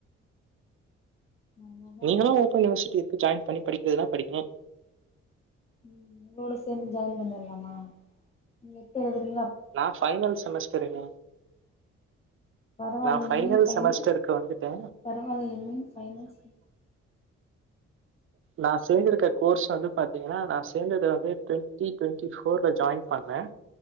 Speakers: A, on the left; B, on the right.
A: நல்லாதா
B: நீங்களல்லாம்
A: இருக்கே
B: ஓப்பன் யனிவர்சிட்டி இருக்கு ஜாயின் பண்ணி படிக்கிறதுனா படிங்க
A: உம் உங்களோட சேர்ந்து ஜாயின் பண்ணிலாமா நீங்க எப்ப லந்
B: நான் பைனல் செமஸ்டருங்க
A: பரவால்லியே
B: நா ஃபைனல்
A: என்னைக்கு பைனல்
B: செமஸ்டருக்கு வந்துட்டே
A: பரவாயால்ல என்னைக்கு பைனல்
B: நான் சேர்ந்திருக்க கோர்ஸ் வந்து பாத்தீங்கன்னா நான் சேர்ந்து வந்து டுவெண்டி டுவெண்டி போர்ல ஜாயின் பண்ணேன்